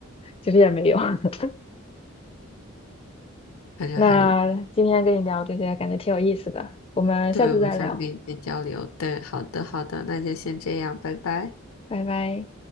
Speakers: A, on the left; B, on the left.
A: 其实也没有。<laughs>
B: 反正还，
A: 那今天跟你聊这些，感觉挺有意思的。我们下次再聊，
B: 对，我们下次可以再交流。对，好的，好的，那就先这样，拜拜。
A: 拜拜。